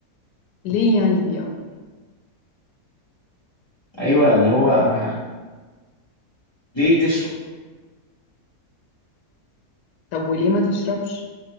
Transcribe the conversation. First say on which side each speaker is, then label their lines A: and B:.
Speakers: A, on the left; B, on the left.
A: ليه يعني بي اوفر
B: أيوه اللي هو ما ليه تشرب؟
A: طب وليه ما تشربش